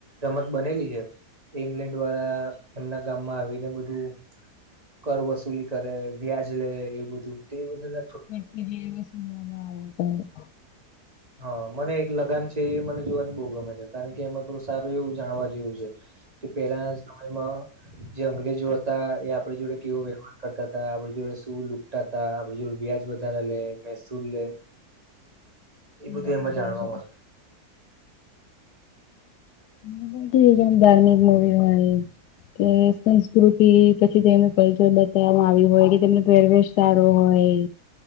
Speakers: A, on the right (about 25°); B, on the left (about 80°).
A: રમત બનેલી ઈંગ્લેન્ડ વાળા એમના ગામમાં આવીને બધું કર વસૂલી કરે વ્યાજ લે એવું બધું તે એ બધું
B: કે જે એવ સુનવામાં આવું ત
A: હા મને એક લગાન છે એ મને જોવાની બહુ ગમે છે, કારણ કે એમાં થોડું સારું એવું જાણવા જેવું પેલા સમયમાં જે અંગ્રેજો હતા એ આપડ જોડે કેવો વ્યવા કરતા ત આપ જોડે શું લુટતા ત આપણી જોડે વ્યાજ વધારા લે મહેસૂર લે એ
B: બરાબર
A: બધું એમાં
B: બરાબર.
A: જાણવા મળે
B: હમ જે ધાર્મિક મુવી હોય કે સંસ્કૃતિ પછી તેનું કલ્ચર બતાવવામાં આવ્યું હોય કે, તેમનો પરવેશ સારો હોય.